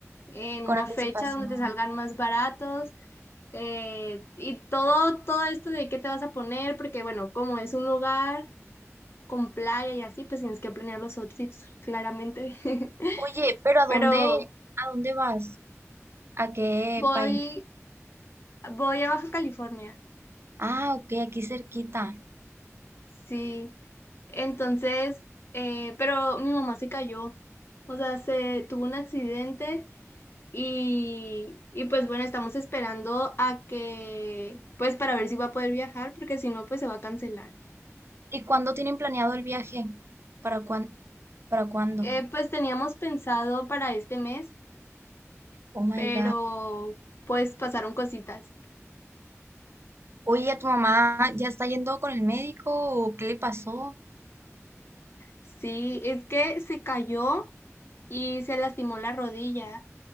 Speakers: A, on the left (about 50°); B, on the right (about 50°).
A: en
B: con
A: una
B: anticipación.
A: fecha donde te salgan más baratos eh, y todo, todo esto de qué te vas a poner, porque bueno, como es un lugar con playa y así, pues tienes que planear los outfits claramente. <laughs>
B: Oye, pero ¿a
A: Pero
B: dónde, a dónde vas? ¿A qué
A: voy,
B: país?
A: voy a Baja California.
B: Ah, ok, aquí cerquita.
A: Sí, entonces, eh, pero mi mamá se cayó, o sea, se tuvo un accidente y, y pues bueno, estamos esperando a que, pues para ver si va a poder viajar, porque si no, pues se va a cancelar.
B: ¿Y cuándo tienen planeado el viaje? ¿Para cuán, para cuándo?
A: Eh, pues teníamos pensado para este mes,
B: Oh my
A: pero
B: God.
A: pues pasaron cositas.
B: Oye, ¿tu mamá ya está yendo con el médico o qué le pasó?
A: Sí, es que se cayó y se lastimó la rodilla.